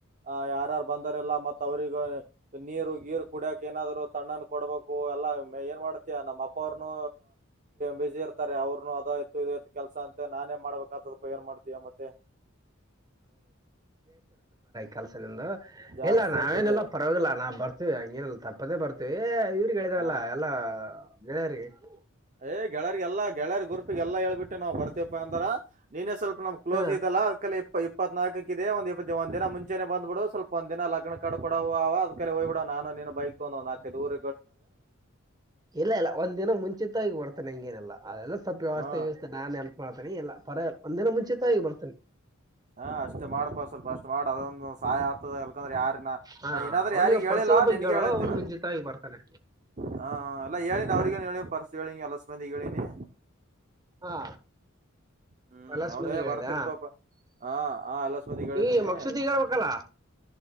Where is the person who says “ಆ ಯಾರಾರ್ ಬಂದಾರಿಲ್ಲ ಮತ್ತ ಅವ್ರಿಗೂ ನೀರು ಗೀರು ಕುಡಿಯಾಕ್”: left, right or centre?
Right